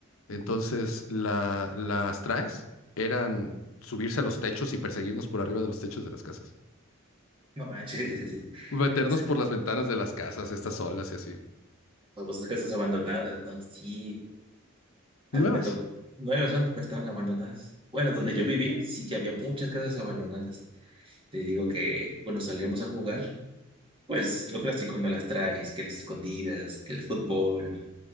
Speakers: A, on the left; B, on the right.
A: Entonces,
B: <laughs>
A: la, las traes eran subirse a los techos y perseguirnos por arriba de los techos de las casas.
B: No manches, <laughs> sí.
A: Meternos
B: Sí,
A: por las ventanas de las casas, estas olas y así.
B: famosas casas abandonadas, ¿no? Sí. A
A: Nuevas,
B: mí me tocó. Nueve personas pero estaban abandonadas. Bueno, donde yo vivía, sí que había muchas casas abandonadas. Te digo que cuando salíamos a jugar, pues lo clásico, no las traes, que las escondidas, que el fútbol.